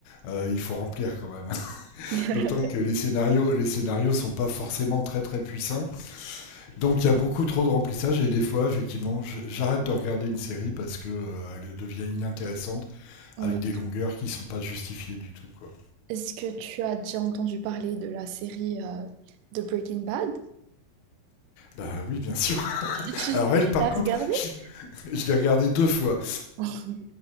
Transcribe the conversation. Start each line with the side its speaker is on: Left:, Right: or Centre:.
Left: euh, il faut remplir quand même. <laughs>
Right: <laughs>
Left: D'autant que les scénarios les scénarios sont pas forcément très très puissants. Donc il y a beaucoup trop de remplissage et des fois effectivement, j'arrête de regarder une série parce que euh, elle devient inintéressante
Right: Oui.
Left: avec des longueurs qui sont pas justifiées du tout quoi.
Right: Est-ce que tu as déjà entendu parler de la série euh, de Breaking Bad?
Left: Bah oui, bien sûr.
Right: Tu, tu-
Left: Alors elle
Right: tu
Left: par
Right: l'as
Left: contre,
Right: regardée
Left: je, je l'ai regardée deux fois.
Right: <laughs>